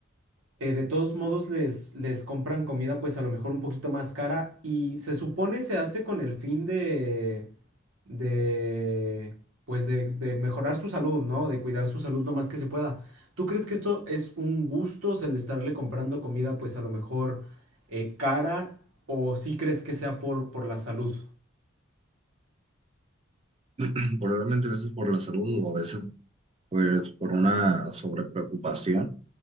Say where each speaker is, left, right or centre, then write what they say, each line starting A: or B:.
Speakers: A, on the right; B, on the right.
A: eh, de todos modos les, les compran comida pues a lo mejor un poquito más cara y se supone se hace con el fin de, de pues de, de mejorar su salud, ¿no? De cuidar su salud lo más que se pueda. ¿Tú crees que esto es un gusto, o sea, el estarle comprando comida pues a lo mejor eh, cara o sí crees que sea por, por la salud?
B: <clears throat> probablemente a veces por la salud o a veces pues por una sobrepreocupación,